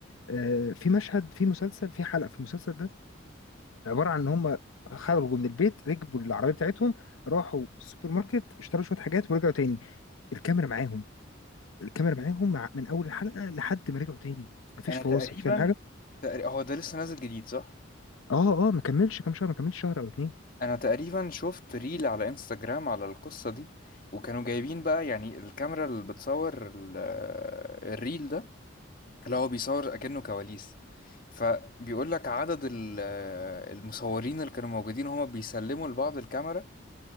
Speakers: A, on the left; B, on the left.
A: آه، في مشهد في مسلسل في حلقه في المسلسل ده عباره عن ان هم خرجوا من البيت ركبوا العربيه بتاعتهم راحوا السوبر ماركت اشتروا شويه حاجات ورجعوا تاني الكاميرا معاهم الكاميرا معاهم مع... من اول الحلقه لحد ما رجعوا تاني ما فيش
B: أنا
A: فواصل
B: تقريبا
A: فاهم حاجه
B: تقريبا هو ده لسه نازل جديد صح؟
A: اه اه ما كملش كام شهر ما كملش شهر او اتنين
B: انا تقريبا شفت ريل على انستجرام على القصة دي وكانوا جايبين بقى يعني الكاميرا اللي بتصور ال- الريل ده اللي هو بيصور اكنه كواليس فبيقول لك عدد ال- المصورين اللي كانوا موجودين هما بيسلموا لبعض الكاميرا